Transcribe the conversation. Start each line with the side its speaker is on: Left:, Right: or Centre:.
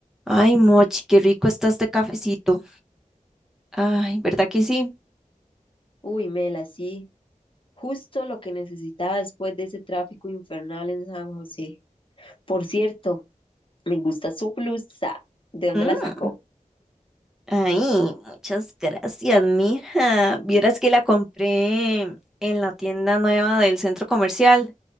Centre: Ay, Mochi, qué rico está este cafecito. Ay, ¿verdad que sí?
Left: Uy, Mela, sí, justo lo que necesitaba después de ese tráfico infernal en San José. Por cierto, me gusta su blusa. ¿De dónde
Centre: Mm,
Left: la sacó?
Centre: ay, muchas gracias, mija. Vieras que la compré en la tienda nueva del centro comercial,